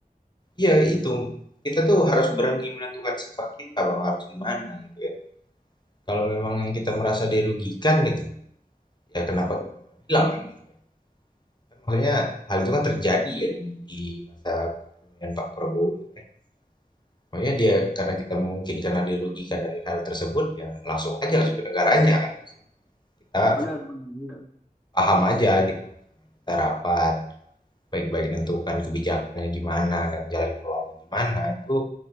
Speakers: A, on the left (about 30°); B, in the centre.
A: iya itu. Kita tuh harus berani menentukan sikap kita Bang harus gimana gitu ya. Kalau memang yang kita merasa dirugikan gitu, ya kenapa kita nggak bilang kan gitu ya. Kan maksudnya hal itu kan terjadi ya di, di masa kepemimpinan Pak Prabowo ya. Makanya dia karena kita mungkin karena dilogika dari hal tersebut ya langsung aja langsung ke negaranya kan langsung kita
B: Benar, benar. Iya.
A: paham aja gitu Kita rapat baik-baik menentukan kebijakannya gimana kan jalan keluarnya gimana itu